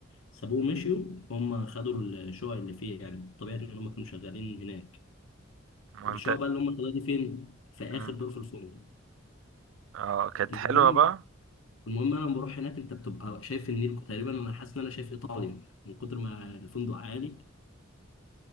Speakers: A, on the left; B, on the right.
A: سابوه ومشيوا فهم خدوا الشقق اللي فيه يعني طبيعي إن هم كانوا شغالين هناك
B: ما
A: الشقق
B: انت
A: بقى اللي هم خدوها دي فين؟ في آخر
B: مم.
A: دور في الفندق
B: اه كانت
A: المهم
B: حلوه بقى
A: المهم انا لما بروح هناك انت بتبقى شايف النيل تقريبا انا حاسس ان انا شايف ايطاليا من كتر ما الفندق عالي